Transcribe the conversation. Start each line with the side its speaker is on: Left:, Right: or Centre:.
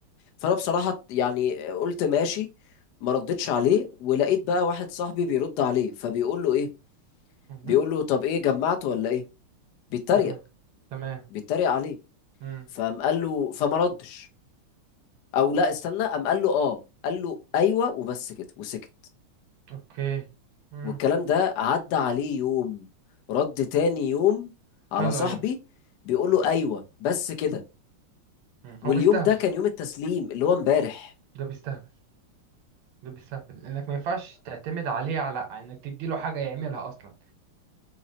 Left: فانا بصراحة يعني قلت ماشي ما ردتش عليه ولقيت بقى واحد صاحبي بيرد عليه فبيقول له ايه
Right: مهم.
Left: بيقول له طب ايه جمعت ولا ايه بيتريق
Right: تمام تمام
Left: بيتريق عليه
Right: امم
Left: فقام قال له فما ردش او لا استنى قام قال له اه قال له ايوه وبس كده وسكت
Right: اوكي امم
Left: والكلام ده عدى عليه يوم رد تاني يوم على
Right: حلو
Left: صاحبي
Right: ايوه
Left: بيقول له ايوه بس كده
Right: مم.
Left: واليوم
Right: هو بيستهبل
Left: ده كان يوم التسليم اللي هو امبارح
Right: ده بيستهبل ده بيستهبل انك ما ينفعش تعتمد عليه على انك تديله حاجه يعملها اصلا